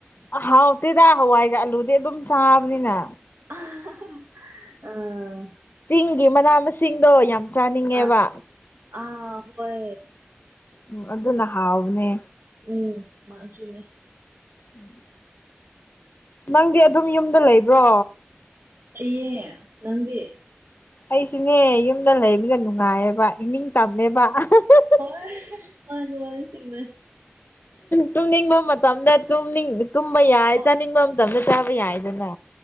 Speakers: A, on the left (about 55°); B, on the right (about 75°).
A: ꯑ ꯍꯥꯎꯇꯦꯗ ꯍꯋꯥꯏꯒ ꯑꯥꯂꯨꯗꯤ ꯑꯗꯨꯝ ꯆꯥꯕꯅꯤꯅ
B: <unintelligible> ꯑꯥ
A: ꯆꯤꯡꯒꯤ ꯃꯅꯥ ꯃꯁꯤꯡꯗꯣ ꯌꯥꯝ ꯆꯥꯅꯤꯡꯉꯦꯕ
B: ꯑꯥ ꯑꯥ ꯍꯣꯏ
A: ꯎꯝ ꯑꯗꯨꯅ ꯍꯥꯎꯕꯅꯦ
B: ꯎꯝ ꯃꯥ ꯆꯨꯝꯃꯦ
A: ꯎꯝ ꯅꯪꯗꯤ ꯑꯗꯨꯝ ꯌꯨꯝꯗ ꯂꯩꯕ꯭ꯔꯣ
B: ꯂꯩꯌꯦ ꯅꯪꯗꯤ
A: ꯑꯩꯁꯨꯅꯦ ꯌꯨꯝꯗ ꯂꯩꯕꯅ ꯅꯨꯡꯉꯥꯏꯌꯦꯕ ꯏꯅꯤꯡ ꯇꯝꯃꯦꯕ ꯑ ꯍꯥ ꯍꯥ ꯍ
B: ꯍꯣꯏ ꯃꯥꯅꯦ ꯑꯗꯨ ꯆꯨꯝꯃꯦ
A: ꯇꯨꯝꯅꯤꯡꯕ ꯃꯇꯝꯗ ꯇꯨꯝꯅꯤꯡ ꯇꯨꯝꯕ ꯌꯥꯏ
B: ꯍꯣ
A: ꯆꯥꯅꯤꯡꯕ ꯃꯇꯝꯗ ꯆꯥꯕ ꯌꯥꯏꯗꯅ